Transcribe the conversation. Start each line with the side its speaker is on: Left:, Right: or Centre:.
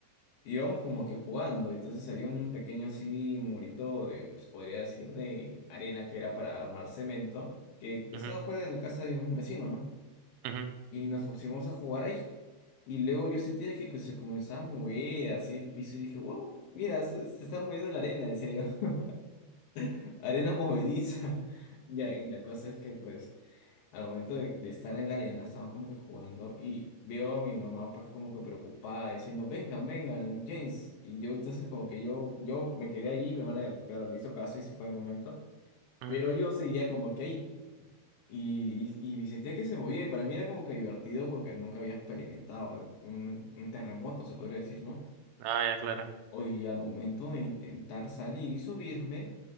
Left: íbamos como que jugando. Entonces, había un pequeño así murito de, se podría decir, de arena que era para armar cemento, que estaba
Right: ujú,
Left: fuera de la casa de un vecino, ¿no?
Right: ujú,
Left: y nos pusimos a jugar ahí. Y luego yo sentía que, que se comenzaba a mover así el piso y dije, wow, mira, se, se está moviendo la arena, decía yo, <laughs> arena movediza. <laughs> Ya, y la cosa es que pues al momento de, de estar en la arena estaba como que jugando y veo a mi mamá pues como que preocupada diciendo, vengan, vengan, James. Y yo entonces como que yo, yo me quedé ahí, mi hermana claro, le hizo caso y se fue de momento,
Right: ujú.
Left: pero yo seguía como que ahí. Y, y, y sentía que se movía y para mí era como que divertido porque nunca había experimentado un, un terremoto, se podría decir, ¿no?
Right: Ah, ya, claro.
Left: Oye, y al momento de intentar salir y subirme,